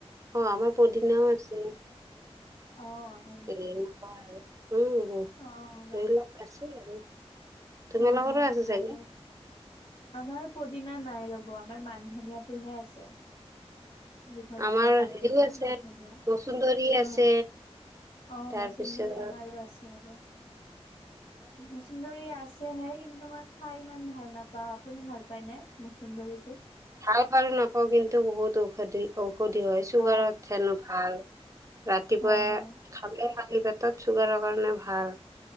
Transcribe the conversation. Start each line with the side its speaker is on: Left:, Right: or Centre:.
Right: অ', আমাৰ পদিনাও আছে।
Left: অ', অ হয় নেকি?
Right: এ নাপা আৰু উম ব <unintelligible>
Left: অ', বাহ।
Right: স লগ আছিল আৰু। তোমালোকৰো
Left: অ', অ',
Right: আছে
Left: ভালে
Right: চাগে?
Left: আমাৰ পদিনা নাই ৰ'ব আমাৰ মানধনিয়াটোহে আছে। দীঘল
Right: আমাৰ
Left: দীঘল পাতো
Right: হেৰিও
Left: যে
Right: আছে
Left: মান ধনীয়া,
Right: মচুন্দৰী
Left: অহ।
Right: আছে
Left: অ',
Right: তাৰপিছত
Left: মচুন্দৰী আমাৰো আছে ৰ'ব। মচুন্দৰী আছেহে, কিন্তু মাৰ খাই ইমান ভাল নাপাওঁ, আপুনি ভাল পায় নে মচুন্দৰিটো?
Right: ভাল বাৰু নাপাওঁ, কিন্তু বহুত ঔষধি ঔষধি হয় চুগাৰত
Left: অ
Right: হেনো ভাল। ৰাতিপুৱাই
Left: হয় হয়
Right: খালে খালি পেটত চুগাৰৰ কাৰণে ভাল।